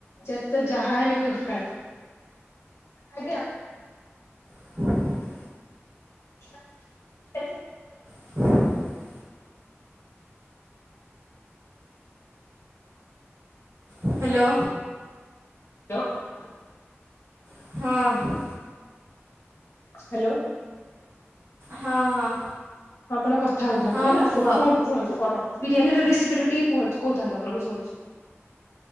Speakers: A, on the left; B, on the right.
A: ଯେତେ ଯାହା ହେଲେ ବି ଦରକାର ଆଜ୍ଞା।
B: <inaudible>
A: <inaudible>
B: <inaudible> ହ୍ୟାଲୋ
A: <unintelligible>
B: ହଁ
A: ହ୍ୟାଲୋ।
B: ହଁ ହଁ।
A: ହଁ ଆପଣ କଥା ହଉଥାନ୍ତୁ
B: ହଁ
A: ହେଲା
B: ହଁ
A: କୁହନ୍ତୁ
B: କୁହ।
A: କୁହନ୍ତୁ କଣ ବିରିୟାନୀର ରେସିପି ଟା ଟିକେ କହୁନ୍ତ କହୁଥାନ୍ତୁ ଆପଣ ମୁଁ ଶୁଣୁଛି।